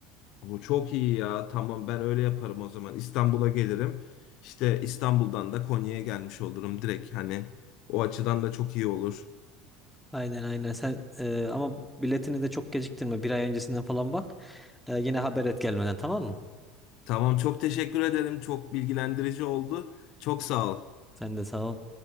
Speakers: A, on the left; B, in the centre.
A: O çok iyi ya. Tamam ben öyle yaparım o zaman. İstanbul'a gelirim. İşte İstanbul'dan da Konya'ya gelmiş olurum direkt. Hani o açıdan da çok iyi olur.
B: Aynen aynen sen e, ama biletini de çok geciktirme bir ay öncesinden falan bak. E, yine haber et gelmeden tamam mı?
A: Tamam çok teşekkür ederim. Çok bilgilendirici oldu. Çok sağ ol.
B: Sen de sağ ol.